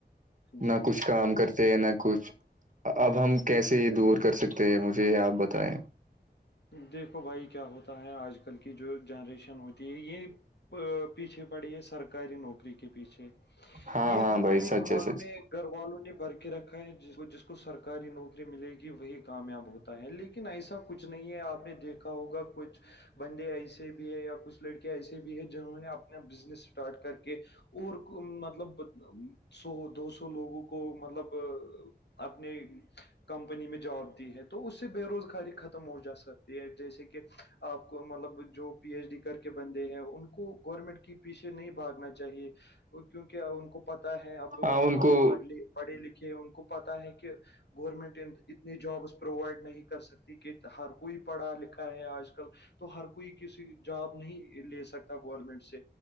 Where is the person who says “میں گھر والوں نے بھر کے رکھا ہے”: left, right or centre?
Left